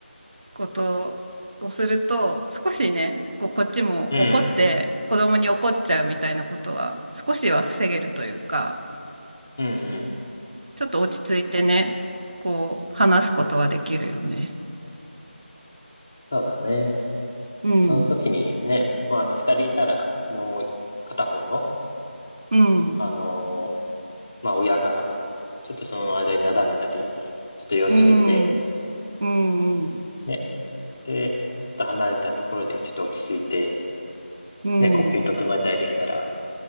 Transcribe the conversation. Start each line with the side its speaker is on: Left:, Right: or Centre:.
Right: ことをすると、少しね、こう、こっちも怒って、
Left: うん、
Right: 子供に怒っちゃうみたいなことは、少しは防げるというか、
Left: うん、うん。
Right: ちょっと落ち着いてね、こう、話すことができるよね。
Left: そうだね。
Right: うん、
Left: その時にね、まあ、あの、二人いたら、もう片方の、
Right: うん、
Left: あのーまあ、親が、ちょっとその間になだめたり、ちょっと様子見て、
Right: うん、うん、うん、う
Left: ね、で、ちょっと離れたところで、ちょっと落ち着いて、
Right: ん、
Left: ね、呼吸整えたりできたら、